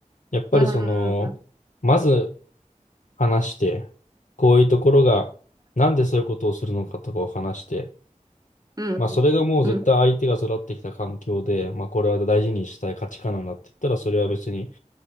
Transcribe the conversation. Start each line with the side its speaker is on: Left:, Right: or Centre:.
Left: やっぱりその、
Right: うん、
Left: まず話して、こういうところが、なんでそういうことをするのかとかを話して、
Right: うん、
Left: まあそれがもう絶対相手が育ってきた環境で、
Right: うん、
Left: まあこれは大事にしたい価値観なんだって言ったら、それは別に